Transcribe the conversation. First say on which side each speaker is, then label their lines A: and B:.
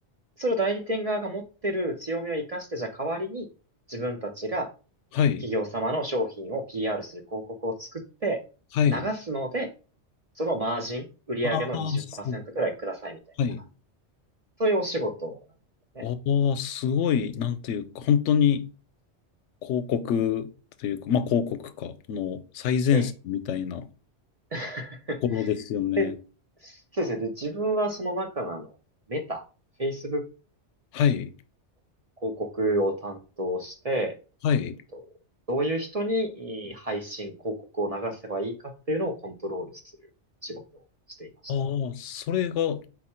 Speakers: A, on the right; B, on the left.
A: それを代理店側が持ってる強みを活かして、じゃあ代わりに自分たちが
B: はい。
A: 企業様の商品を PR する広告を作って流すので、
B: はい。
A: そのマージン、売上の20%
B: ああ、そう。
A: くらいくださいみたいな。
B: はい。
A: そういうお仕事なんですよね。
B: ああ、すごい、なんていうか、本当に広告というか、まあ広告か、の最前線みたいなと
A: ええ。<laughs>
B: ころですよね。
A: で、そうですね。で、自分はその中のあの、メタ、Facebook
B: はい。
A: 広告を担当して、
B: はい。
A: えっと、どういう人にいい配信、広告を流せばいいかっていうのをコントロールする仕事をしていました。
B: ああ、それが